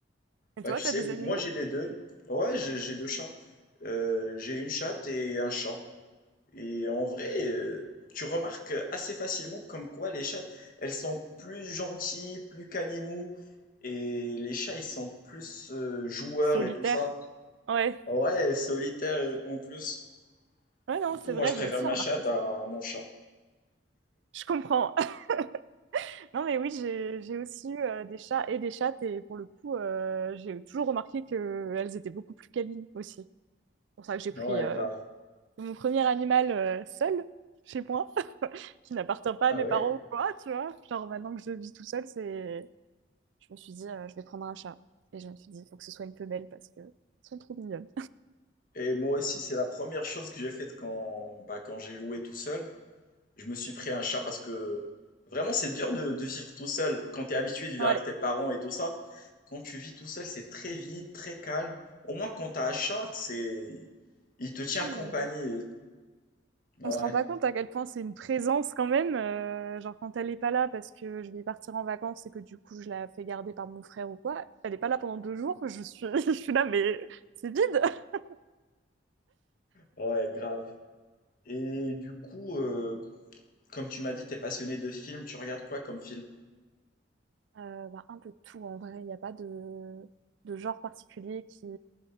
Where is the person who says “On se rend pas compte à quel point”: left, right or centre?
Right